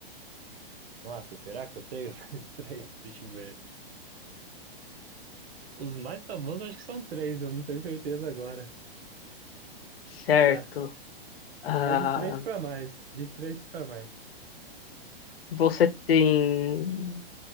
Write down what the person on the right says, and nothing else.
Nossa, será que eu tenho? <laughs> Mais Três, deixa eu ver. Os mais famosos eu acho que são três, eu não tenho certeza agora.
Tá.
É de três pra mais. De três pra mais.